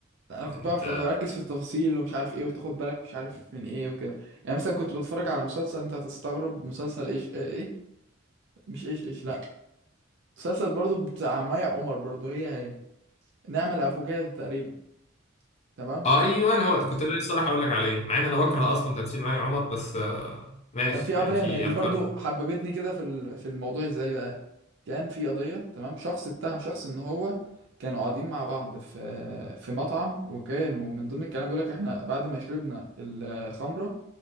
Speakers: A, on the right; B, on the left.
A: لا، انا كنت
B: انت
A: بعرف بركز في التفاصيل ومش عارف ايه وتاخد بالك مش عارف من ايه وكده يعني مثلا كنت بتفرج على مسلسل انت هتستغرب مسلسل ايش ايه, إيه؟ مش ايش ايش لا مسلسل برضو بتاع مي عمر برضو هي هي نعمل افوكاتو تقريبا تمام
B: آه، ايوه أنا هو ده كنت لسه راح اقول لك عليه مع ان انا بكره
A: امم
B: اصلا تمثيل مي عمر بس آه، ماشي
A: كان في قضيه
B: يعني في
A: ما هي دي
B: افكار
A: برضو حببتني كده في ال- في الموضوع ازاي بقى كان في قضيه تمام شخص اتهم شخص ان هو كانوا قاعدين مع بعض في في مطعم وكانوا من ضمن الكلام بيقول لك احنا بعد ما شربنا الخمره